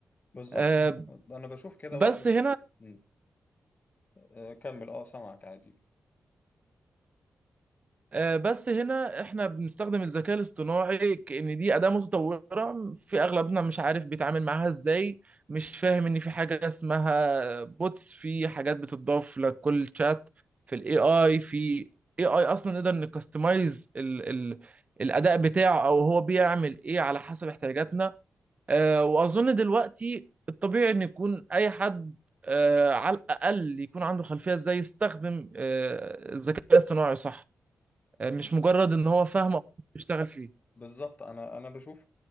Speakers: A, on the left; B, on the right.
A: بالظبط
B: آه،
A: انا بشوف كده
B: بس
A: برضو
B: هنا
A: م. آه، كمل اه سامعك عادي
B: آه، بس هنا احنا بنستخدم الذكاء الاصطناعي كأن دي أداة متطورة في أغلبنا مش عارف بيتعامل معاها ازاي مش فاهم إن في حاجة اسمها بوتس في حاجات بتضاف لكل شات في الاي اي في اي اي اصلا نقدر نكستمايز ال ال الاداء بتاعه او هو بيعمل ايه على حسب احتياجاتنا أه واظن دلوقتي الطبيعي ان يكون اي حد أه على الاقل يكون عنده خلفيه ازاي يستخدم أه الذكاء الاصطناعي صح آه، مش مجرد ان هو فاهم أو بيشتغل فيه
A: بالظبط انا انا بشوف